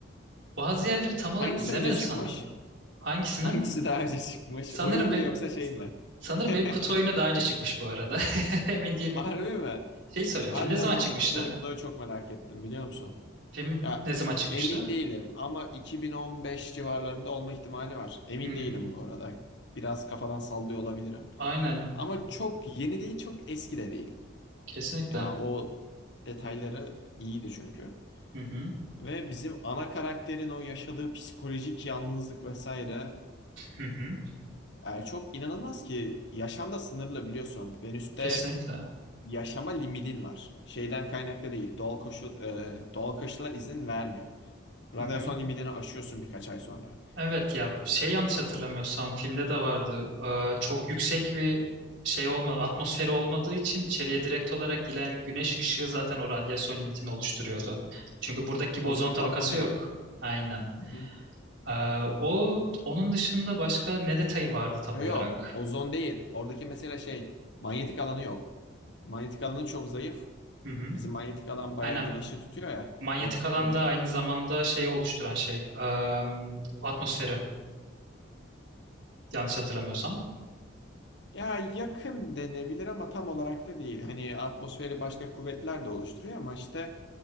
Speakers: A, on the right; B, on the left.
A: bazı yerleri tam
B: Hangisi
A: olarak izlemedim
B: önce çıkmış?
A: sanırım. Hangisinin?
B: Hangisi daha önce çıkmış?
A: Sanırım
B: Oyun mu
A: be,
B: yoksa şey mi?
A: sanırım
B: <laughs>
A: benim kutu oyunu daha önce çıkmış bu arada. <laughs> Emin değilim.
B: Harbi mi?
A: Şey soracağım.
B: Harbiden
A: Film ne zaman
B: ben
A: çıkmıştı?
B: bu kutu oyununu çok merak ettim biliyor musun?
A: Film
B: Ya
A: ne zaman çıkmıştı?
B: emin değilim ama 2015 civarlarında olma ihtimali var. Emin
A: Hmm,
B: değilim bu arada. Biraz kafadan sallıyor olabilirim.
A: aynen.
B: Ama çok yeni değil, çok eski de değil.
A: Kesinlikle.
B: Ya o detayları iyiydi çünkü.
A: Hı hı.
B: Ve bizim ana karakterin o yaşadığı psikolojik yalnızlık vesaire
A: Hı hı.
B: Yani çok inanılmaz ki yaşam da sınırlı biliyorsun. Venüs'te
A: Kesinlikle.
B: yaşama limitin var. Şeyden kaynaklı değil. Doğal koşul e, doğal koşullar izin vermiyor. Radyasyon
A: Hı hı.
B: limitini aşıyorsun birkaç ay sonra.
A: Evet ya şey yanlış hatırlamıyorsam filmde de vardı. Ee, çok yüksek bir şey olma atmosferi olmadığı için içeriye direkt olarak giren güneş ışığı zaten o radyasyon limitini oluşturuyordu. Çünkü buradaki gibi
B: Ozon
A: ozon tabakası
B: katmanı
A: yok.
B: yok.
A: Aynen.
B: Hı hı.
A: Ee, o onun dışında başka ne detayı vardı tam
B: Yo
A: olarak?
B: yo, ozon değil. Oradaki mesele şey, manyetik alanı yok. Manyetik alanı çok zayıf.
A: Hı hı.
B: Bizim manyetik alan bayağı
A: Aynen.
B: güneşi tutuyor ya.
A: Manyetik
B: O tutmuyor.
A: alanda aynı zamanda şeyi oluşturan şey, em, atmosferi yanlış hatırlamıyorsam.
B: Ya yakın denebilir ama tam olarak da değil. Hani atmosferi başka kuvvetler de oluşturuyor ama işte